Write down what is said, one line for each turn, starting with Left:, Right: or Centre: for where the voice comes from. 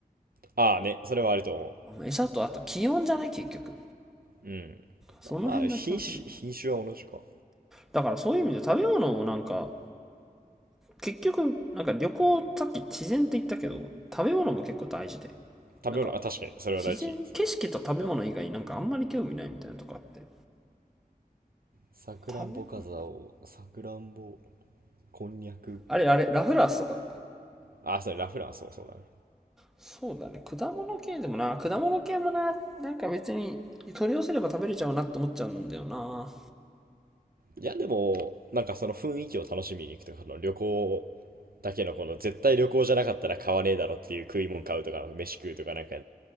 Right: ああね、それはあると思
Centre: う餌とあと気温じゃない結局。
Right: う。うん。
Centre: その辺な気はする。
Right: まあ、品種、品種は同じか。
Centre: だからそういう意味で食べ物をなんか結局、なんか旅行、さっき自然って言ったけど、食べ物も結構大事で。
Right: 食べ物、
Centre: なんか、
Right: あ、確かに、それは大事。
Centre: 自然、景色と食べ物以外、なんかあんまり興味ないみたいなとこあって。
Right: さくらんぼかざおう、
Centre: 食べ物
Right: さくらんぼ、こんにゃく。
Centre: あれあれ、ラフランスとか。
Right: ああ、それラフランスもそうだね。
Centre: そうだね、果物系でもな、果物系もな、なんか別に取り寄せれば食べれちゃうなって思っちゃうんだよな。
Right: いや、でも、なんかその雰囲気を楽しみに行くとか、その旅行だけのこの絶対旅行じゃなかったら買わねえだろっていう食い物買うとか、飯食うとか、なんか